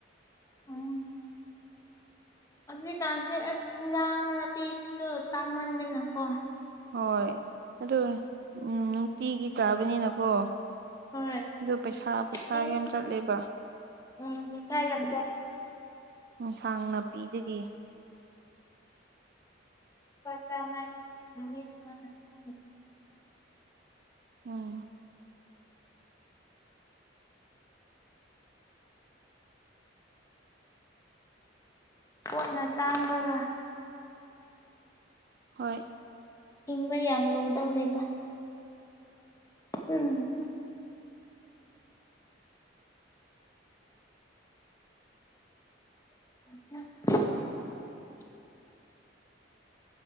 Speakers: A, on the left; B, on the right.
A: ꯎꯝ ꯍꯧꯖꯤꯛꯀꯥꯟꯁꯦ ꯑꯁ ꯏꯟꯖꯥꯡ ꯅꯥꯄꯤꯁꯨ ꯇꯥꯡꯃꯟꯗꯅꯀꯣ
B: ꯍꯣꯏ ꯑꯗꯨ ꯅꯨꯡꯇꯤꯒꯤ ꯆꯥꯕꯅꯤꯅꯀꯣ
A: ꯍꯣꯏ
B: ꯑꯗꯨ ꯄꯩꯁꯥ ꯄꯩꯁꯥ
A: ꯑꯩ
B: ꯌꯥꯝ ꯆꯠꯂꯦꯕ
A: ꯎꯝ ꯄꯩꯁꯥ ꯌꯥꯝ
B: ꯑꯦꯟꯁꯥꯡ ꯅꯥꯄꯤꯗꯒꯤ
A: <unintelligible>
B: ꯑꯝ
A: ꯄꯣꯠꯅ ꯇꯥꯡꯕꯒ
B: ꯍꯣꯏ
A: ꯍꯤꯡꯕ ꯌꯥꯝ ꯂꯨꯗꯧꯔꯤꯗ ꯎꯝꯝ <unintelligible>